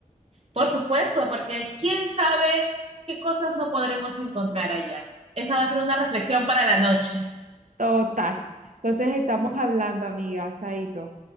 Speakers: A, on the right; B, on the right.
A: Por supuesto, porque quién sabe qué cosas no podremos encontrar allá. Esa va a ser una reflexión para la noche.
B: Total. Entonces estamos hablando, amiga, chaito.